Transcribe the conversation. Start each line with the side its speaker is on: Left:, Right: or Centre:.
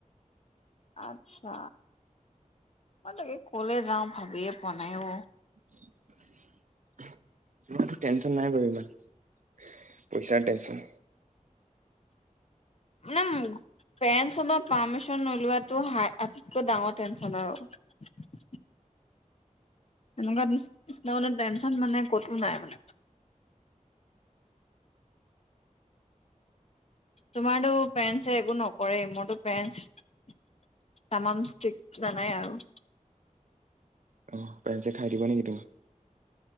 Left: আত্ছা মই তাকে কলে যাও ভাবিয়ে পোৱা নাইও?
Right: তোমাৰতো টেনচন নাই বাৰু ইমান। পইচাৰ টেনচন। <unintelligible>
Left: নাম। <unintelligible> পেৰেণ্টছত পাৰ্মিচন নোলোৱাটো আটাইতকৈ ডাঙৰ টেনচন আৰু।
Right: <unintelligible>
Left: তেনেকুৱা নি নিচিনা মানে টেনচন মানে ক'তো নাই মানে। তোমাৰতো পেন্ছে একো নকৰে মোৰতো পেন্ছ। তামাম ষ্টিক জানাই আৰু।
Right: পৰেঞ্চ যে খাই দিবা নেকি তোমাক?